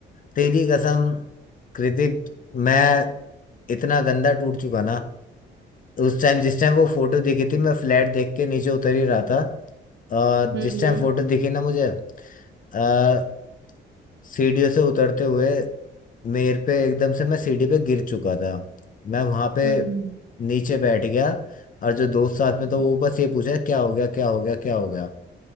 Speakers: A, on the left; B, on the right.
A: तेरी कसम कृतिक मैं इतना गंदा टूट चुका ना उस टाइम जिस टाइम वो फोटो दिखी थी मैं फ्लैट देख के नीचे उतर ही रहा था और
B: हम्म
A: जिस टाइम
B: हम्म
A: फोटो दिखी ना मुझे अ, सीढ़ियों से उतरते हुए मेरे पे एकदम से मैं सीढ़ी पे गिर चुका था मैं वहां पे
B: हम्म हम्म
A: नीचे बैठ गया और जो दोस्त साथ में
B: हम्म,
A: था वो बस ये पूछा क्या हो गया क्या हो गया क्या हो गया